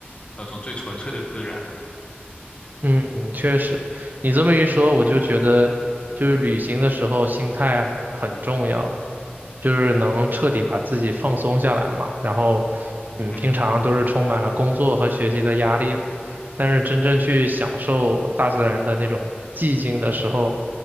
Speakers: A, on the left; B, on the right.
A: 那种最纯粹的自然。
B: 嗯，确实，你这么一说，我就觉得就是旅行的时候心态很重要，就是能彻底把自己放松下来嘛。然后，嗯，
A: 嗯，
B: 平常都是充满了工作和学习的压力嘛，但是真正去享受大自然的那种寂静的时候，